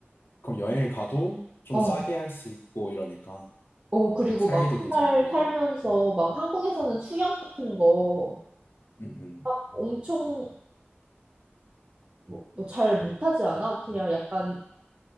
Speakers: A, on the left; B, on the right.
A: 그럼 여행을 가도 좀
B: 어,
A: 싸게 할 수 있고 이러니까
B: 어, 그리고
A: 살기도
B: 막 한
A: 괜찮고.
B: 달 살면서 막 한국에서는 수영 같은 거
A: 음, 음.
B: 막 엄청 뭐 뭐 잘 못하지 않아? 그냥 약간